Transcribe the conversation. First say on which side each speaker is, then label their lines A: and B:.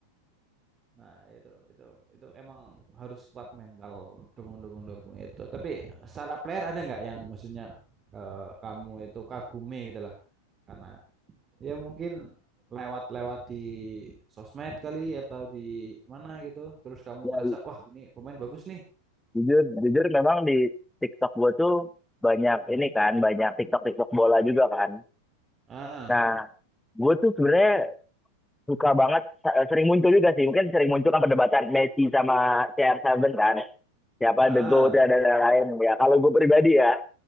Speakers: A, on the right (about 25°); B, in the centre.
A: Nah, itu itu itu emang harus kuat mental dukung-dukung dukung itu. Tapi secara player ada nggak yang maksudnya eh, kamu itu kagumi gitu lah karena ya mungkin lewat-lewat di sosmed kali atau di mana gitu. Terus kamu
B: ya.
A: ngerasa, "Wah, ini pemain bagus nih."
B: Jujur, jujur memang di TikTok gue tuh banyak ini kan, banyak TikTok-TikTok bola juga kan.
A: Ah,
B: Nah, gue tuh sebenarnya suka banget, sa- eh, sering muncul juga sih. Mungkin sering muncul kan perdebatan Messi sama CR7 kan. Siapa
A: ah.
B: The GOAT dan lain-lain. Ya, kalau gue pribadi ya,